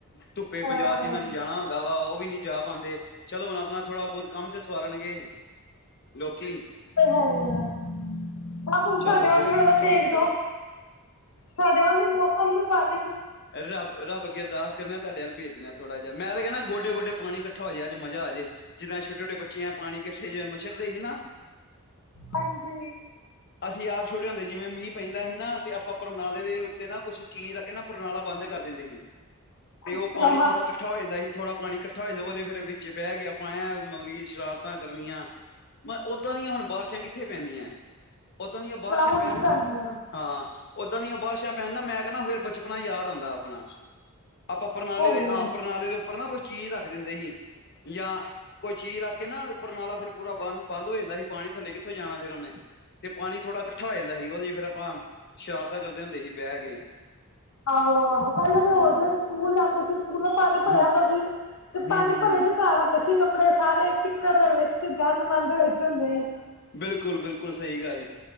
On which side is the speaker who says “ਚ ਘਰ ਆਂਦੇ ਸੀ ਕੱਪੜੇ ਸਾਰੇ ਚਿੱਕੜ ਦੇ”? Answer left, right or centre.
Left